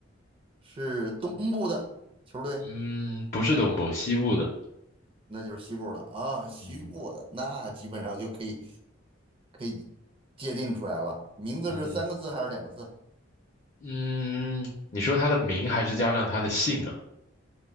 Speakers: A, on the right; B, on the left.
A: 是东部的球队，
B: 嗯，不是东部，西部的，
A: 那就是西部的啊，西部的那基本上就可以
B: 嗯
A: 可以界定出来了，名字是三个字还是两个字？
B: 嗯。嗯，你说他的名还是加上他的姓啊？